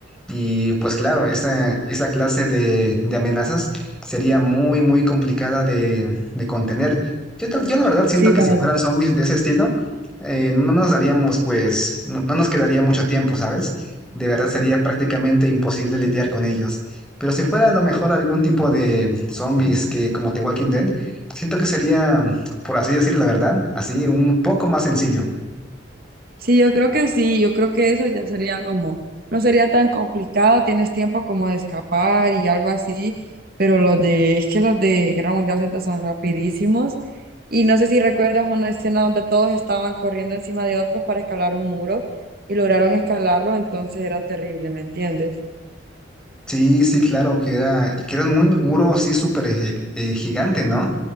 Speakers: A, in the centre; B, on the right.
A: Y pues claro, esa, esa clase de, de amenazas sería muy, muy complicada de, de contener. Yo, ta- yo la verdad siento
B: Sí,
A: que
B: la
A: si
B: verdad
A: fueran zombies de ese estilo, eh, no nos daríamos, pues, no no nos quedaría mucho tiempo, ¿sabes? De verdad sería prácticamente imposible lidiar con ellos. Pero si fuera a lo mejor algún tipo de zombies que como The Walking Dead, siento que sería, por así decir la verdad, así un poco más sencillo.
B: Sí, yo creo que sí, yo creo que eso ya sería como, no sería tan complicado, tienes tiempo como de escapar y algo así, pero los de, es que los de Guerra Mundial Z son rapidísimos y no sé si recuerdas una escena donde todos estaban corriendo encima de otros para escalar un muro y lograron escalarlo, entonces era terrible, ¿me entiendes?
A: Sí, sí, claro, que era, que era un mun- muro así súper eh, eh, gigante, ¿no?